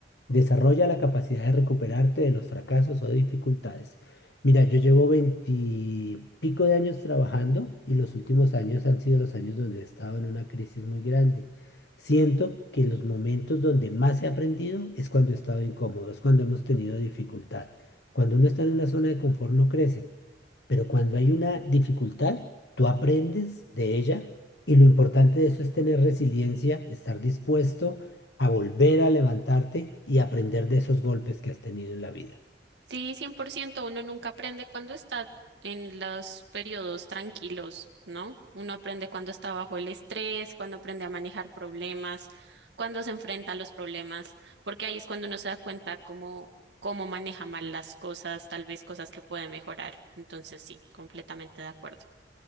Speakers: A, on the left; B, on the right.
A: Desarrolla la capacidad de recuperarte de los fracasos o dificultades. Mira, yo llevo veintipico de años trabajando y los últimos años han sido los años donde he estado en una crisis muy grande. Siento que los momentos donde más he aprendido es cuando he estado incómodo, es cuando hemos tenido dificultad. Cuando uno está en una zona de confort no crece. Pero cuando hay una dificultad, tú aprendes de ella y lo importante de eso es tener resiliencia, estar dispuesto a volver a levantarte y aprender de esos golpes que has tenido en la vida.
B: Sí, 100%. uno nunca aprende cuando está en los periodos tranquilos, ¿no? Uno aprende cuando está bajo el estrés, cuando aprende a manejar problemas, cuando se enfrenta a los problemas, porque ahí es cuando uno se da cuenta cómo, cómo maneja mal las cosas, tal vez cosas que puede mejorar. Entonces, sí, completamente de acuerdo.